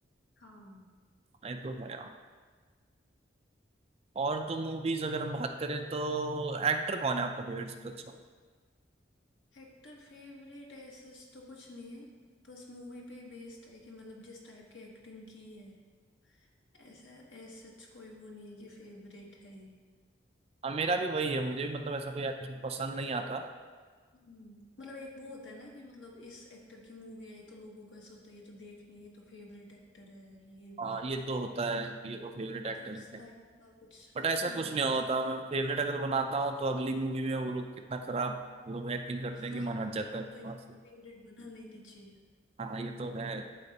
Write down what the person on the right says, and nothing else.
नहीं तो है और तो मूवीज अगर हम बात करें तो एक्टर कौन है आपका फेवरेट सबसे अच्छा
हाँ, मेरा भी वही है मुझे भी मतलब ऐसा कोई एक्टर पसंद नहीं आता
हाँ ये तो होता है कि वो फेवरेट एक्टर
है
बट ऐसा
कुछ नहीं
होता मैं फेवरेट अगर बनाता हूँ तो अगली मूवी में वो लोग कितना खराब वो लोग एक्टिंग करते
हैं कि मन हट जाता
है
वहां से
हाँ ये तो है